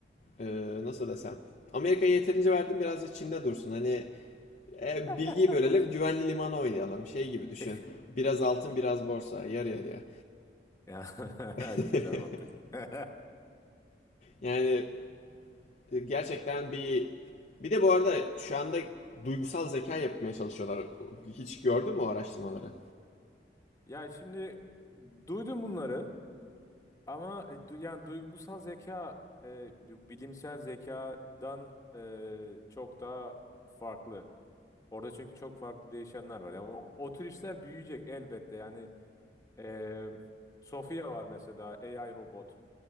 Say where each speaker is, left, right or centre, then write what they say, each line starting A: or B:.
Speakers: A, on the left; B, on the left.
A: e, nasıl desem Amerika'ya yeterince verdim biraz da Çin'de dursun. Hani e,
B: <laughs>
A: bilgiyi bölelim güvenli liman oynayalım şey gibi düşün.
B: Eh,
A: Biraz altın biraz borsa yarı yarıya.
B: Ya,
A: <laughs>
B: <laughs> güzel mantık. <laughs>
A: Yani e, gerçekten bir bir de bu arada şu anda duygusal zeka yapmaya çalışıyorlar. Hiç gördün mü o araştırmaları?
B: Ya şimdi e, duydum bunları ama e, du- yani duygusal zeka e, bi- bilimsel zekadan e, çok daha farklı. Orada çünkü çok farklı değişenler var. Yani o, o tür işler büyüyecek elbette. Yani eee Sofia var mesela AI robot.